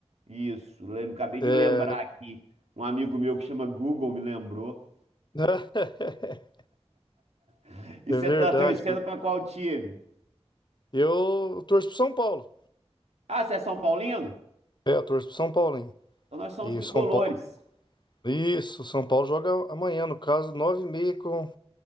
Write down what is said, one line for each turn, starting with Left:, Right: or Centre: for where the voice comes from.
Right: Isso, lem- acabei
Left: É,
Right: de lembrar aqui. Um amigo meu que chama Google me lembrou.
Left: <laughs>
Right: <laughs> E
Left: é
Right: você
Left: verdade.
Right: tá torcendo pra qual time?
Left: Eu torço pro São Paulo.
Right: Ah, você é São Paulino?
Left: É, eu torço pro São Paulo, hein?
Right: Então nós somos
Left: E
Right: tricolores.
Left: o São Paulo. Isso, o São Paulo joga amanhã, no caso, nove e meia com,